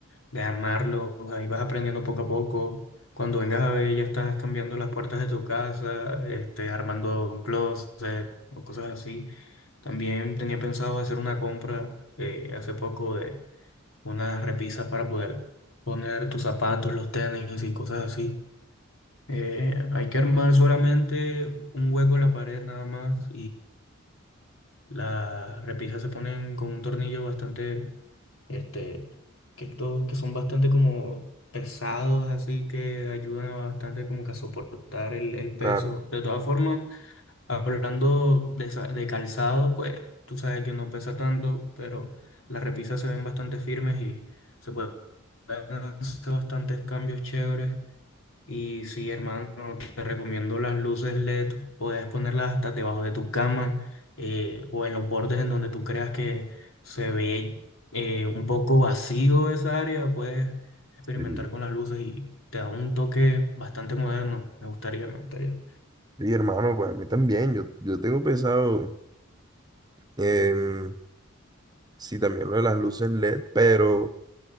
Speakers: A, on the left (about 70°); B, on the right (about 20°).
A: de armarlo, ahí vas aprendiendo poco a poco. Cuando vengas a ver, ya estás cambiando las puertas de tu casa, este, armando un closet o cosas así. También tenía pensado hacer una compra eh, hace poco de unas repisas para poder poner tus zapatos, los tenis y cosas así. Eh, hay que armar solamente un hueco en la pared nada más las repisas se ponen con un tornillo bastante, este, que, todo, que son bastante como pesados, así que ayudan a bastante como que a soportar el, el peso.
B: Claro,
A: De todas formas, hablando de, sa de calzado, pues tú sabes que no pesa tanto, pero las repisas se ven bastante firmes y se pueden hacer bastantes cambios chéveres. Y sí, hermano, te recomiendo las luces LED, puedes ponerlas hasta debajo de tu cama eh, o en los bordes en donde tú creas que se ve eh, un poco vacío esa área, puedes experimentar
B: sí.
A: con las luces y te da un toque bastante moderno. Me gustaría, me gustaría.
B: Sí, hermano, pues a mí también, yo, yo tengo pensado... em, Sí, también lo de las luces LED, pero